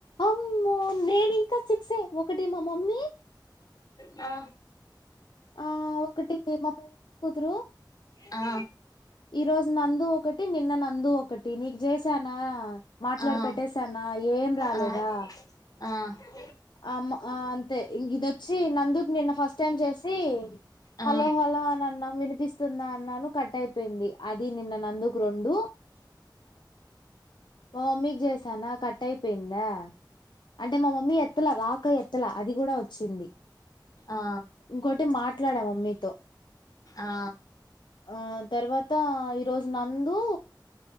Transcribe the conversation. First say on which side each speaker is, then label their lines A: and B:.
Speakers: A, on the left; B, on the left.
A: అమ్మో నేను ఇంకా సిక్సే ఒకటి మా మమ్మీ
B: ఆ
A: ఆ ఒకటి మా పెద్ద కూతురు
B: ఆ
A: ఈరోజు నందు ఒకటి నిన్న నందు ఒక టి నీకు చేసానా మాట్లాడి
B: ఆ
A: పెట్టేసానా ఏం రాలేదా
B: చార్జింగ్ అయితది
A: అమ్మ్ ఆ అంతే ఇదొచ్చి నందుకు నిన్న ఫస్ట్ టైమ్ చేసి
B: ఆ ఆ
A: హలో హలో అని అన్నా వినిపిస్తుందా అన్నాను కట్ అయి పెంది అది నిన్న నందుకు రెండు మా మమ్మీకి చేసానా కట్ అయి పిందాఆ అంటే మా మమ్మీ ఎ ఎత్తల రాక ఎత్తల అది కూడా ఇచ్చింది
B: ఆ
A: ఇంకోటి మాట్లాడా మమ్మీతో
B: ఆ
A: ఆ తర్వాత ఈరోజు నందూ